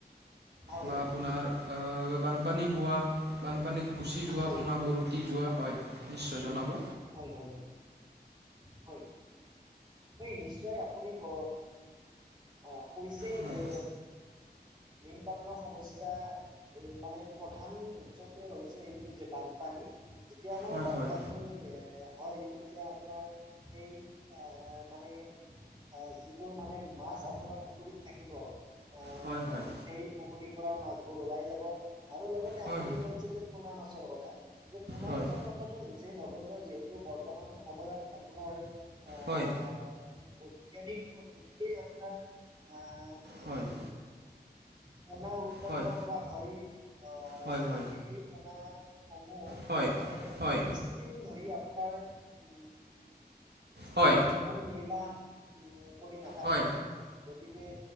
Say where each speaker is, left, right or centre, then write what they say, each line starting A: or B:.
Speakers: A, on the right; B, on the right.
A: হয়
B: বা আপোনাৰ আ বানপানী হোৱা বানপানীত গুচি যোৱা
A: হয়
B: পোনাবোৰ উটি যোৱা, হয় নিশ্চয় জনাব।
A: হয়, হয়। হয়, <unintelligible> নিশ্চয় আপুনি ক আ কৈছে
B: হয়
A: যে মীন পালনৰ সমস্যা মানে প্ৰধান উৎচৱটোৱে হৈছে এইটো যে বানপানী। যেতিয়া আমাৰ
B: হয়
A: বানপানী
B: হয়
A: <unintelligible> হয়, তেতিয়া আপোনাৰ সেই আ মানে আ যিবোৰ মানে মাছ আপোনাৰ পুখুৰীত থাকিব অ উম
B: হয় হয়
A: সেই পুখুৰীৰ পৰা মাছবোৰ ওলাই যাব আৰু লগ তে
B: হয়
A: আপুনি
B: হয়
A: কৈছে যে পোনা মাছৰ কথা যে পোনা
B: হয়
A: মাছৰ কথাটো নিজে নগন্য যিহেতু বৰ্তমান সময়ত আপোনাৰ
B: হয়।
A: আ মানে বৈজ্ঞানিক পদ্ধতিতেই আপোনাৰ আ
B: হয়
A: মানে
B: হয়
A: পোনা উৎপন্ন
B: হয়
A: কৰা হয়। আ
B: হয়
A: গতিকে
B: হয়
A: সেই পোনা সমূহ
B: হয়
A: মানে
B: হয়
A: বেছিদিন ধৰি আপোনাৰ ও
B: হয়
A: মানে জীৱন নিৰ্বাহ উ কৰি নাথাকে।
B: হয়
A: গতিকে